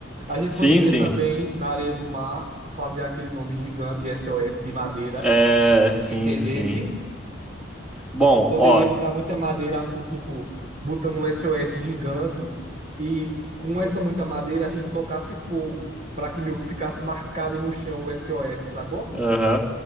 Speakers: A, on the right; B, in the centre.
A: A gente
B: Sim,
A: poderia
B: sim.
A: também, na areia do mar, fazer aquele nome gigante SOS de madeira,
B: É, sim,
A: entendesse?
B: sim. Bom,
A: Poderia
B: ó,
A: botar muita madeira assim, tipo, botando um SOS gigante e com essa muita madeira a gente tocasse fogo para que meio que ficasse marcado no chão o SOS, sacou?
B: aham.